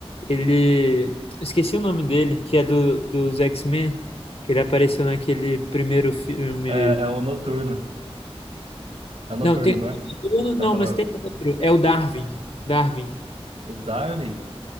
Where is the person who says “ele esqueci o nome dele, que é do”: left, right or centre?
Left